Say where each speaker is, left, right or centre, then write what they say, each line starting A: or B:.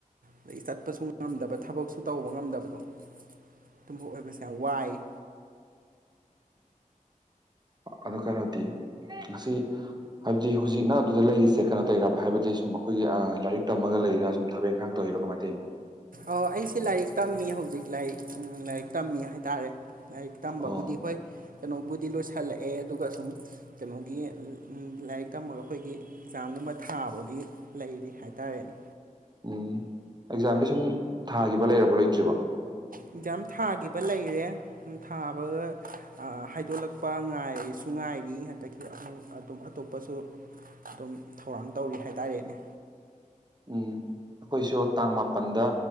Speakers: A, on the right; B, on the right.
A: ꯑꯗꯒꯤ ꯆꯠꯄꯁꯨ ꯉꯝꯗꯕꯥ ꯊꯕꯛꯁꯨ ꯇꯧꯕꯥ ꯉꯝꯗꯕꯗꯣ ꯇꫭꯝꯕꫭꯏ ꯑꯣꯏꯕꯁꯦ ꯌꯥꯝ ꯋꯥꯏꯌ
B: ꯑꯗꫭ ꯀꯩꯅꯣꯗꯤ ꯉꯁꯤ ꯍꯥꯏꯕꯗꯤ ꯍꯧꯖꯤꯛꯅ ꯑꯗꯨꯗ ꯂꯩꯔꯤꯁꯦ ꯀꯩꯅꯣ ꯇꯩꯔꯤꯔꯥꯕ ꯍꯥꯏꯕꯗꯤ ꯁꯨꯝ ꯑꯩꯈꯣꯏꯒꯤ ꯂꯥꯏꯔꯤꯛ ꯇꯝꯃꯒ ꯂꯩꯔꯤꯔꯥ ꯁꯨꯝ ꯊꯕꯛ ꯏꯪꯈꯥꯡ꯫ ꯇꯧꯔꯤꯔꯣ ꯀꯃꯥꯏ ꯇꯧꯔꯤꯅꫭ꯫
A: ꯑꯣꯑꫭ ꯑꯩꯁꯦ ꯂꯥꯏꯔꯤꯛ ꯇꯝꯃꯤ ꯍꯧꯖꯤꯛ ꯂꯥꯏꯔꯤꯛ ꯂꯥꯏꯔꯤꯛ ꯇꯝꯃꯤ ꯍꯥꯏꯇꯥꯥꯔꯦ꯫ ꯂꯥꯏꯔꯤꯛ ꯇꯝꯕꯕꯨꯗꯤ
B: ꯑꯣ
A: ꯍꯣꯏ ꯀꯩꯅꯣꯕꯨꯗꯤ ꯂꯣꯏꯁꯤꯜꯂꯛꯑꯦ꯫ ꯑꯗꯨꯒꯥ ꯁꯨꯝ ꯀꯩꯅꯣꯒꯤ ꯂꯥꯏꯔꯤꯛ ꯇꯝ ꯃꯒꯥ ꯑꯩꯈꯣꯏꯒꯤ꯫ ꯑꯦꯛꯖꯥꯝ ꯒꯨꯝꯕꯥ ꯊꯥꯕꯒꯤ ꯂꯩꯔꯤ ꯍꯥꯏꯇꯥꯔꯦꯅꯦ꯫
B: ꯎꯝ ꯑꯦꯛꯖꯥꯝꯗꯤ ꯁꯨꯝ ꯊꯥꯒꯤꯕ ꯂꯩꯔꯕꯣ ꯂꯩꯇ꯭ꯔꯤꯕꯣ?
A: ꯑꯦꯛꯖꯥꯝ ꯊꯥꯒꯤꯕꯥ ꯂꯩꯔꯦ꯫ ꯑꯝ ꯊꯥꯕꯥ ꯑꯏ ꯍꯥꯏꯗꯣꯛꯂꯛꯄ ꯉꯥꯏꯔꯁꯨ ꯉꯥꯏꯔꯤ ꯑꯗꯒꯤ ꯑꯃꯨꯛ ꯑꯗꯨꯝ ꯑꯇꯣꯞꯄꯁꯨ ꯑꯗꯨꯝ ꯊꯧꯔꯥꯡ ꯇꯧꯔꯤ ꯍꯥꯏꯇꯥꯔꯦꯅꯦ꯫
B: ꯎꯝꯝ ꯑꯩꯈꯣꯏꯁꯨ ꯇꯥꯡ ꯃꯥꯄꯟꯗꯥ